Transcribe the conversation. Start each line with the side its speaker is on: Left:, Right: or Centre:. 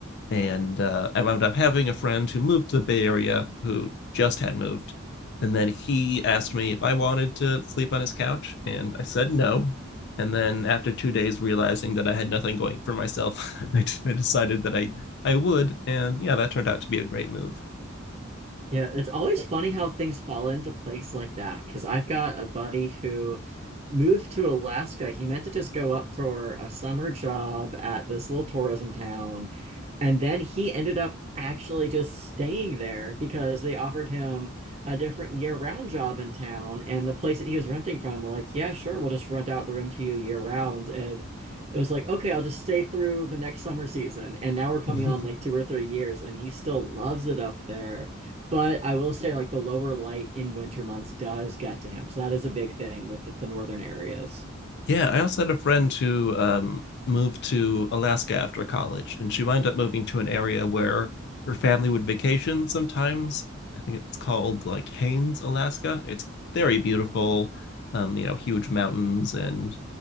Left: and uh, I wound up having a friend who moved to the Bay Area who just had moved, and then he asked me if I wanted to sleep on his couch, and I said no. And then after two days, realizing that I had nothing going for myself, <laughs> I, I decided that I I would, and yeah, that turned out to be a great move.
Right: Yeah, it's always funny how things fall into place like that. Because I've got a buddy who moved to Alaska. He meant to just go up for a summer job at this little tourism town. And then he ended up actually just staying there because they offered him a different year-round job in town. And the place that he was renting from were like, yeah, sure, we'll just rent out the room to you year-round. And it was like, okay, I'll just stay through the next summer season. And now we're coming
Left: <laughs>
Right: on like two or three years, and he still loves it up there. But I will say, like the lower light in winter months does get to him. So that is a big thing with the northern areas.
Left: Yeah, I also had a friend who um, moved to Alaska after college, and she wound up moving to an area where her family would vacation sometimes. I think it's called like Haines, Alaska. It's very beautiful, um, you know, huge mountains, and